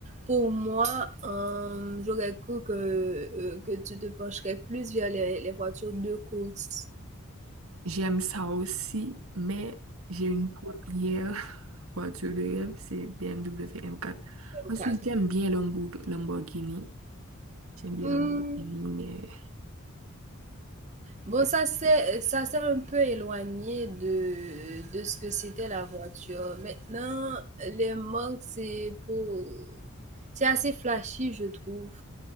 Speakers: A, on the right (about 35°); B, on the right (about 80°).
A: pour moi, euh, j'aurais cru que, euh, que tu te pencherais plus vers les, les voitures de course.
B: J'aime ça aussi, mais j'ai une première <laughs> voiture de rêve, c'est BMW M4. Ensuite,
A: 4.
B: j'aime bien Lamborg- Lamborghini. J'aime bien
A: Hmm,
B: Lamborghini, mais
A: Bon, ça c'est ça s'est un peu éloigné de, de ce que c'était la voiture. Maintenant, les manques, c'est pour c'est assez flashy, je trouve.